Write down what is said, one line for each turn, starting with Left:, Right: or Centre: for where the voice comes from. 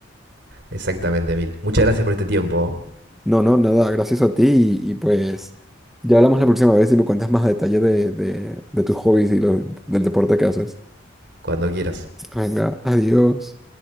Right: Exactamente, Mil. Muchas gracias por este tiempo. ¿oh?
Centre: No, no, nada, gracias a ti y, y, pues ya hablamos la próxima vez y me cuentas más a detalle de, de, de tus hobbies y lo- del deporte que haces.
Right: Cuando quieras.
Centre: Venga, adiós.